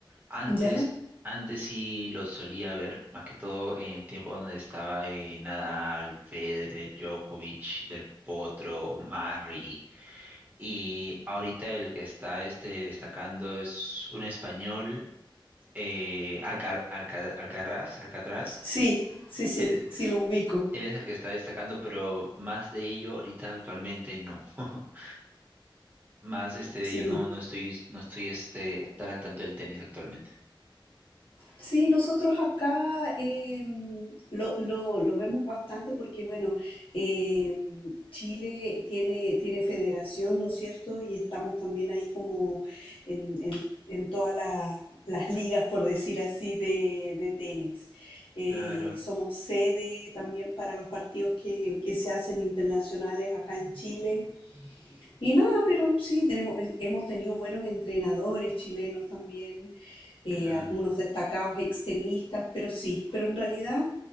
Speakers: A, on the right; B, on the left.
A: Antes,
B: ¿Ya?
A: antes sí lo solía ver, más que todo en el tiempo donde estaba eh, Nadal, Federer, Djokovic, Del Potro, Murray. Y ahorita el que está este, destacando es un español, eh, Alca- Alca- Alcaraz, Alcatraz.
B: Sí, sí, sí,
A: Él,
B: sí lo ubico.
A: él es el que está destacando, pero más de ello ahorita actualmente no. <laughs> Más este de
B: Sí.
A: ello no, no estoy, no estoy este, tan al tanto del tenis actualmente.
B: Sí, nosotros acá em, lo, lo- lo vemos bastante porque, bueno, em, Chile tiene, tiene federación, ¿no es cierto? Y estamos también ahí como en, en- en todas la- las ligas, por decir así, de, de tenis. Eh,
A: Claro,
B: somos sede también para los partidos que, que se hacen internacionales acá en Chile. Y nada, pero sí, tenemos, eh, hemos tenido buenos entrenadores chilenos también, eh,
A: claro,
B: algunos destacados extremistas, pero sí, pero en realidad